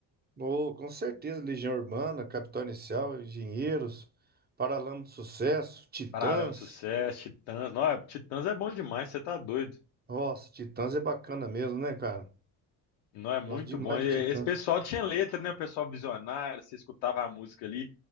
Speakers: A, on the right; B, on the left.
A: Oh, com certeza, Legião Urbana, Capital Inicial, Engenheiros, Paralama do Sucesso, Titãs.
B: Paralamas do Sucesso, Titãs. Não, Titãs é bom demais, você tá doido.
A: Nossa, Titãs é bacana mesmo, né, cara?
B: Não é muito
A: Gosto demais
B: bom. E
A: de Titãs.
B: Esse pessoal tinha letra, né? O pessoal visionário, você escutava a música ali,